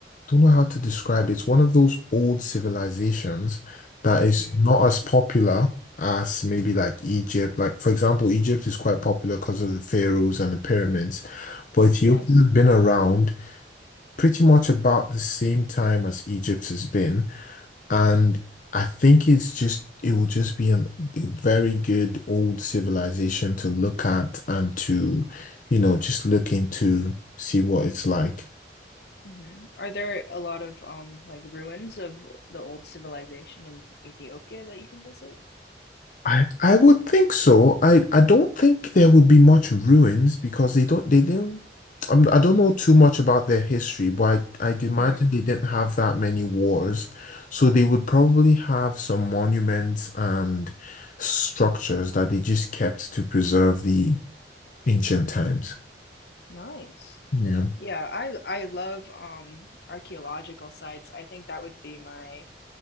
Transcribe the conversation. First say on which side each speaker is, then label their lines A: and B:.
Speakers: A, on the left; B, on the left.
A: don't know how to describe it. It's one of those old civilizations that is
B: hmm
A: not as popular as maybe like Egypt. Like, for example, Egypt is quite popular because of the pharaohs and the pyramids, but Ethiopia's
B: Yes.
A: been around pretty much about the same time as Egypt has been. And I think it's just, it will just be an, a very good old civilization to look at and to, you know, just look into, see what it's like.
B: hmm Are there a lot of um like ruins of the old civilization in Ethiopia that you can visit?
A: I, I would think so. I, I don't think there would be much ruins because they don't, they didn't, I'm, I don't know too much about their history, but I, I'd imagine
B: hmm
A: they didn't have that many wars. So they would probably have some monuments and structures that they just kept to preserve the ancient times.
B: Nice.
A: Yeah,
B: Yeah, I I love um archaeological sites. I think that would be my